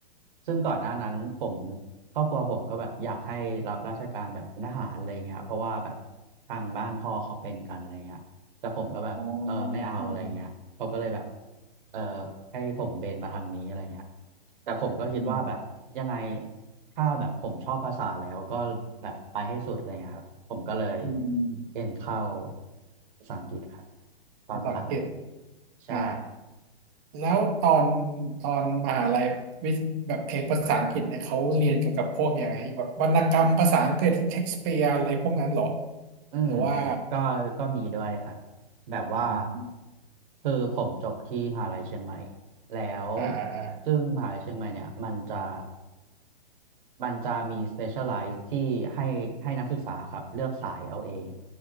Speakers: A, on the right; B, on the right.
A: ซึ่งก่อนหน้านั้นผมครอบครัวผมก็แบบอยากให้รับราชการแบบเป็นทหารอะไรเงี้ยเพราะว่าแบบทางบ้านพ่อเขาเป็นกันอะไรเงี้ยแต่ผมก็แบบเออไม่เอาอะไรเงี้ยเขาก็เลยแบบ
B: อ๋ออ๋ออ๋อ
A: เออให้ผมเบนมาทางนี้อะไรเงี้ยแต่ผมก็คิดว่าแบบยังไง
B: อืม
A: ถ้าแบบผมชอบภาษาแล้วก็แบบไปให้สุดอะไรเงี้ยครับผมก็เลย
B: อืมอืม
A: เอ็นเข้าภาษาอังกฤษครับตอนมหาลัย
B: ภาษาอังกฤษ
A: ใช่
B: อ่าแล้วตอนตอนมหาลัยวิแบบเอกภาษาอังกฤษเนี่ยเขาเรียนเกี่ยวกับพวกอย่างไรแบบวรรณกรรมภาษาอังกฤษเชคสเปียร์อะไรพวกนั้นเหรอ
A: อืม
B: หรือว่า
A: ก็ก็มีด้วยครับแบบว่า
B: อืม
A: คือผมจบที่มหาลัยเชียงใหม่แล้ว
B: อ่าอ่าอ่า
A: ซึ่งมหาลัยเชียงใหม่เนี่ยมันจะมันจะมี specialize ที่ให้ให้นักศึกษาครับเลือกสายเอาเอง